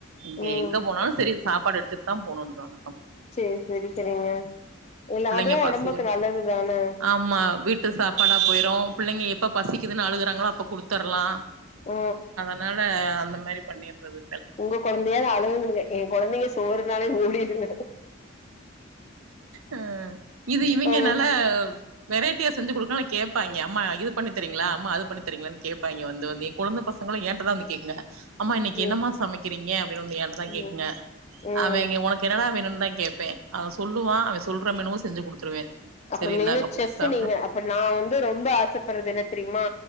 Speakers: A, on the right (about 85°); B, on the left (about 30°).
A: நீங்க
B: ம்
A: எங்க போனாலு சரி சாப்பாடு எடுத்துட்டு தா போணுன்றாங்
B: சேரி சேரிங்க இல்ல
A: பிள்ளைங்க
B: அதுவு ஒடம்புக்கு
A: பசியோட
B: நல்லதுதானே
A: ஆமா வீட்டு சாப்பாடா போயிரு பிள்ளைங்க எப்ப பசிக்குதுன்னு அழுகுறாங்களோ அப்ப குடுத்துறலா
B: ஓ
A: அதுனால அந்த மாரி பண்ணிறது
B: உங்க கொழந்தையாவாது அழுவுதுங்கக்க எங்க கொழந்தைங்க சோறுனாலே ஓடிருங்க
A: அ இது இவேங்கனாள
B: ம்
A: வெரைட்டியா செஞ்சு குடுக்கலா கேப்பாங்கே அம்மா இது பண்ணித்தரீங்களா அம்மா அது பண்ணித்தரீங்களான்னு கேப்பங்கே வந்து வந்து கொழந்த பசங்களு ஏன்ட தா வந்து கேக்குங்க அம்மா இன்னைக்கி
B: ம்
A: என்னமா சமைக்கிறீங்க அப்டின்னு வந்து என்டதா கேக்குங்க
B: ம் ம்
A: அவேங்க ஒனக் எனடா வேணுனு தா கேடப்பே அவன் சொல்லுவான் அவன் சொல்ற மெனுவ செஞ்சு குடுத்துருவே
B: அப்பறமென
A: சரி இந்தாங்க போய்
B: செஸ்
A: சாப்டு
B: நீங்க அப்ப நா வந்து ரொம்ப ஆசப்படுறது என்ன தெரியுமா